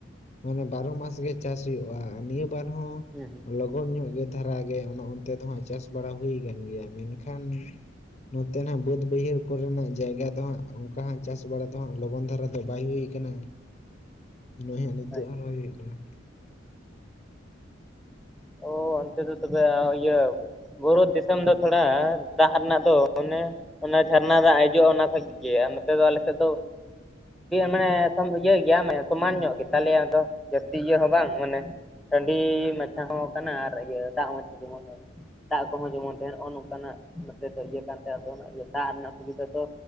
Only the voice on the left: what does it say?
ᱢᱟᱱᱮ ᱵᱟᱨᱚ ᱢᱟᱥ ᱜᱮ ᱪᱟᱥ ᱦᱩᱭᱩᱜᱼᱟ ᱱᱤᱭᱟᱹ ᱵᱟᱨ ᱦᱚᱸ
ᱜᱚᱱ ᱧᱚᱜ ᱜᱮ ᱫᱷᱟᱨᱟᱜ ᱜᱮ ᱚᱱᱟ ᱚᱱᱛᱮ ᱫᱚᱦᱟᱸᱜ ᱪᱟᱥ ᱵᱟᱲᱟ ᱦᱩᱭ ᱟᱠᱟᱱ ᱜᱮᱭᱟ ᱢᱮᱱᱠᱷᱟᱱ ᱱᱚᱛᱮᱱᱟᱜ ᱵᱟᱹᱫᱽ ᱵᱟᱹᱭᱦᱟᱹᱲ ᱠᱚᱨᱮᱱᱟᱜ ᱡᱟᱭᱜᱟ ᱫᱚ ᱦᱟᱸ ᱚᱱᱠᱟ ᱦᱟᱜ ᱪᱟᱥ ᱵᱟᱲᱟ ᱫᱚ ᱦᱟᱸᱜ ᱞᱚᱜᱚᱱ ᱫᱷᱟᱨᱟ ᱫᱚ ᱵᱟᱭ ᱦᱩᱭ ᱟᱠᱟ ᱠᱟᱱᱟ ᱱᱚᱭ ᱦᱟᱜ ᱱᱤᱛᱚᱜ
ᱦᱚᱸ ᱨᱚᱦᱚᱭ ᱦᱩᱭᱩᱜ ᱠᱟᱱᱟ ᱾